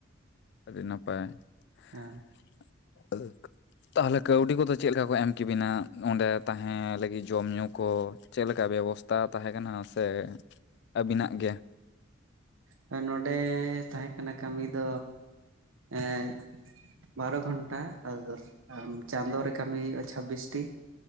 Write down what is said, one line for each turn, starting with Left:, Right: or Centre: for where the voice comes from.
Left: ᱟᱹᱰᱤ ᱱᱟᱯᱟᱭ,
Right: ᱦᱮᱸ
Left: <unintelligible> ᱛᱟᱦᱚᱞᱮ ᱠᱟᱹᱣᱰᱤ ᱠᱚᱫᱚ ᱪᱮᱫ ᱞᱮᱠᱟ ᱠᱚ ᱮᱢ ᱠᱮᱵᱤᱱᱟ, ᱚᱸᱰᱮ ᱛᱟᱦᱮᱸ ᱞᱟᱹᱜᱤᱫ ᱡᱚᱢ ᱧᱩ ᱠᱚ? ᱪᱮᱫ ᱞᱮᱠᱟ ᱵᱮᱵᱚᱥᱛᱟ ᱛᱟᱦᱮᱸ ᱠᱟᱱᱟ ᱥᱮ? ᱟᱹᱵᱤᱱᱟᱜ ᱜᱮ
Right: ᱦᱚᱸ ᱱᱚᱰᱮ ᱛᱟᱦᱮᱸ ᱠᱟᱱᱟ ᱠᱟᱹᱢᱤ ᱫᱚ, ᱮ <unintelligible> ᱵᱟᱨᱚ ᱜᱷᱚᱱᱴᱟ ᱟᱨ ᱫᱚᱥ ᱪᱟᱸᱫᱳ ᱨᱮ ᱠᱟᱹᱢᱤ ᱦᱩᱭᱩᱜᱼᱟ ᱪᱷᱟᱵᱵᱤᱥᱴᱤ,